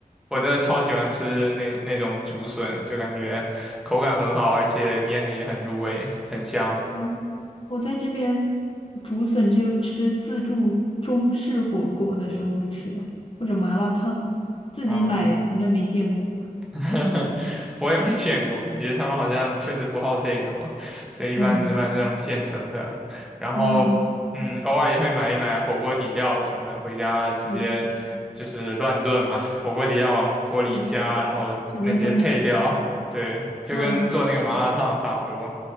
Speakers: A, in the centre; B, on the left.
A: 我真的超喜欢吃那那种竹笋，就感觉口感很好，而且腌的也很入味，很香。
B: 嗯，我在这边竹笋只有吃自助中式火锅的时候会吃到，或者麻辣烫，自己买从来没见过。
A: 啊。<laughs> 我也没见过，感觉他们好像确实不好这一口，所以一般只买那种现成的。
B: 嗯
A: 然后，
B: 嗯，
A: 嗯，偶尔也会买一买火锅底料什么的，回家直接就是乱炖嘛，
B: 对
A: 火锅底料往锅里一加，
B: 对，
A: 然后那些配料，
B: 什么都煮。
A: 对，就跟做那个麻辣烫差不多。
B: 嗯